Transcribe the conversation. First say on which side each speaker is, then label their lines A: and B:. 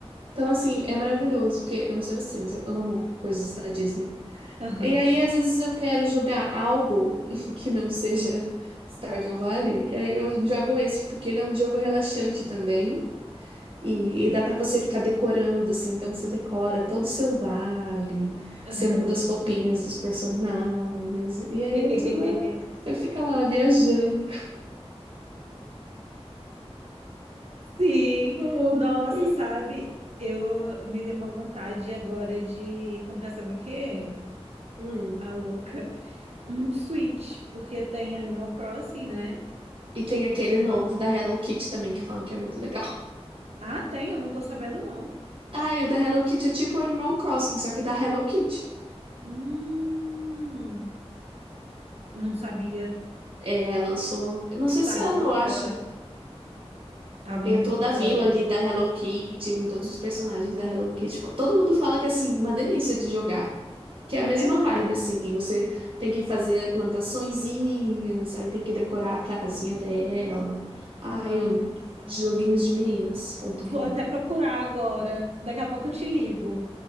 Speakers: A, on the right; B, on the right.
A: Então, assim, é maravilhoso, porque eu não sei você, mas eu amo coisas da Disney.
B: aham,
A: E aí, às vezes, eu quero jogar algo <laughs> que não seja Stardew Valley, e aí eu jogo esse, porque ele é um jogo relaxante também, e, e dá pra você ficar decorando, assim, então você decora todo o seu vale,
B: aham.
A: você muda as roupinhas dos personagens, e aí
B: <laughs>
A: é tudo, ah, você fica lá viajando.
B: Sim,
A: Eu amo.
B: nossa, sabe? Eu me dei uma vontade agora de comprar, sabe o quê?
A: Hum.
B: A louca. Um Switch, porque tem Animal Crossing, né?
A: E tem
B: No
A: aquele
B: Switch.
A: novo da Hello Kitty também, que falam que é muito legal. <laughs>
B: Ah, tem, eu não tô sabendo, não.
A: Ah, e o da Hello Kitty é tipo Animal Crossing, só que da Hello Kitty.
B: Hum. Não sabia.
A: É, lançou, eu não sei
B: Tava
A: se ano,
B: por
A: eu
B: fora.
A: acho.
B: Tava
A: E
B: muito
A: é toda
B: por fora
A: a vila
B: eu.
A: ali da Hello Kitty, com todos os personagens da Hello Kitty. Todo mundo fala que, assim, uma delícia de jogar. Que é a mesma
B: É.
A: vibe, assim. Você tem que fazer plantaçõezinhas, aí tem que decorar a casinha dela. Ai,
B: Nossa.
A: amo. joguinhos de Joguinhosdemeninas.com.
B: Vou até procurar agora. Daqui a pouco eu te ligo.